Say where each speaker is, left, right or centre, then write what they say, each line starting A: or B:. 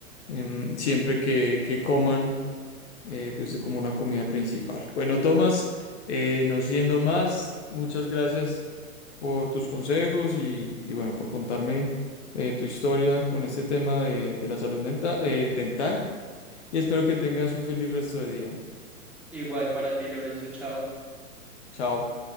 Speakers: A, on the left; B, in the centre.
A: em, siempre que, que coman, eh, pues como una comida principal. Bueno, Tomás, eh, no siendo más, muchas gracias por tus consejos y, y bueno, por contarme eh, tu historia con este tema de, de la salud mental, dental y espero que tengas un feliz resto de día.
B: Igual para ti, Lorenzo, chao.
A: Chao.